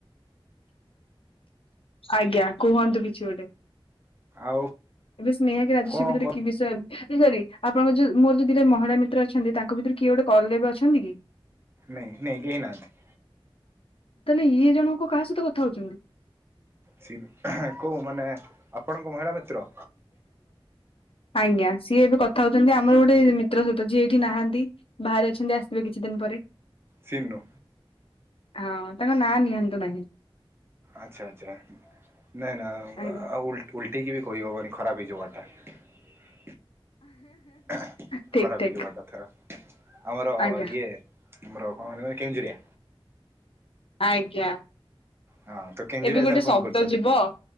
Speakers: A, on the left (about 75°); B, on the right (about 25°).
A: ଆଜ୍ଞା କୁହନ୍ତୁ କିଛି ଗୋଟେ।
B: ଆଉ
A: ଏବେ ସ୍ନେହାକି ରାଜଶ୍ରୀ
B: କଣ
A: ବି ତତେ
B: କ
A: କି ବିଷୟ ଏ ସରି ଆପଣଙ୍କ ଯୋଉ ମୋର ଯୋଉ ଦିଟରେ ମହିଳା ମି ତ୍ର ଅଛନ୍ତି, ତାଙ୍କ ଭିତରୁ କିଏ ଗୋଟେ କଲ ରେ ଏବେ ଅଛନ୍ତି କି?
B: ନାଇଁ ନାଇଁ କେହିଁନାହାନ୍ତି।
A: ତାହେଲେ ଇଏ ଜଣକ କାହା ସହିତ କଥା ହଉଛନ୍ତି?
B: ସିଦ୍ ଆଁହ କୋଉ ମାନେ ଆପଣଙ୍କ ମହିଳା ମିତ୍ର?
A: ଆଜ୍ଞା, ସିଏ ଏବେ କଥା ହଉଛନ୍ତି ଆମର ଗୋଟେ ମିତ୍ର ସହିତ ଯିଏ ଏଇଠି ନାହାନ୍ତି ବାହାରେ ଅଛନ୍ତି ଆସିବେ କିଛି ଦିନ ପରେ।
B: ସିନୁ
A: ହଁ, ତାଙ୍କ ନାଁ ନିଅନ୍ତୁ ନାହିଁ।
B: ଆଚ୍ଛା ଆଚ୍ଛା। ନାଇଁ ନାଇଁ,
A: ଆଜ୍ଞା।
B: ଆଉ ଉଲ୍ ଉଲୋଟେଇକି ବି କହି ହେବନି ଖରାପ ହେଇଜୀବ ୱର୍ଡ୍ ଟା। ଆଃ ଆଃ
A: ଠିକ
B: ଖରାପ
A: ଠିକ
B: ହେଇଯିବ ୱର୍ଡ ଟା ଥା ଆମର
A: ଆଜ୍ଞା
B: ଇଏ ଆମର କଣ କେଉଁଝରିଆ।
A: ଆଜ୍ଞା,
B: ହଁ ତ କେଞ୍ଜୁରିଆ
A: ଏବେ ଗୋଟେ
B: ସାର୍ ଫୋନ
A: ଶବ୍ଦ
B: କରିଛନ୍ତି
A: ଯିବ